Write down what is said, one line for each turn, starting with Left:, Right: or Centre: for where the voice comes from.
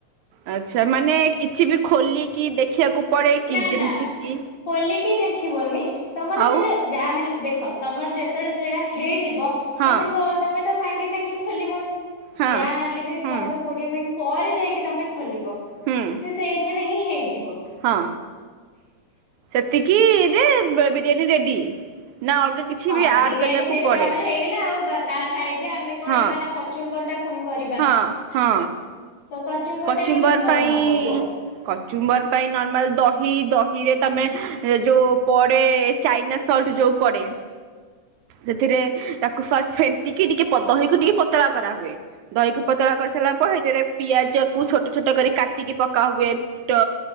Right: ଆଚ୍ଛା ସେମାନେ କିଛି ବି ଖୋଲିକି ଦେଖିବାକୁ ପଳେଇ କି
Left: ନା
Right: ଯିମିତି
Left: ନା
Right: କି
Left: ଖୋଲିକି ଦେଖିବନି। ତମର
Right: ଆଉ
Left: ସେଇଟା ଯାହେଲେ ଦେଖ ତମର ଯେ ଯେତେବେଳେ ସେଟା ହେଇଯିବ
Right: ହଁ
Left: ତମେ ଥ ତମେ ତ ସାଙ୍ଗେ ସାଙ୍ଗେ ଖୋଲିବନି।
Right: ହଁ
Left: ଯା ହେଲେ ବି
Right: ହୁଁ
Left: ପନ୍ଦର, କୋଡିଏ ମିନିଟ୍ ପରେ ଯାଇକି ତମେ ଖୋଲିବ
Right: ହୁଁ
Left: ସେ ସେଇଥିରେ ହିଁ ହେଇଯିବ।
Right: ହଁ। ସେତିକିରେ ବେ ବିରିୟାନୀ ରେଡି। ନା ଅଲଗା କିଛି
Left: ହଁ
Right: ବି ଆଡ୍
Left: ବିରିୟାନୀ
Right: କରିବାକୁ
Left: ସେଇଥିରେ
Right: ପଡେ
Left: ଆମର ହେଇଗଲା ଆଉ। ବା ତା ସାଇଡ ରେ ଆମେ କରିବା
Right: ହଁ
Left: ନା କଚୁମ୍ବର ଟା ପୁଣି କରିବା।
Right: ହଁ ହଁ,
Left: ତ
Right: କଚୁମ୍ବର
Left: ଟା କେମିତି କଣ
Right: ପାଇଁ
Left: ହବ କୁହ?
Right: କଚୁମ୍ବର ପାଇଁ ନର୍ମାଲ ଦହି, ଦହିରେ ତମେ ଯୋଉ ପଡେ ଚାଇନା ସଲ୍ଟ ଯେଉଁ ପଡେ। ସେଥିରେ ତାକୁ ଫାଷ୍ଟ ଫେଣ୍ଟିକି ଟିକେ ଦହିକୁ ଟିକେ ପତଳା କରାହୁଏ। ଦହିକୁ ପତଳା କରିସାରିଲା ପରେ, ଏଥିରେ ପିଆଜକୁ ଛୋଟ ଛୋଟ କରି କାଟିକି ପକାହୁଏ। ଟ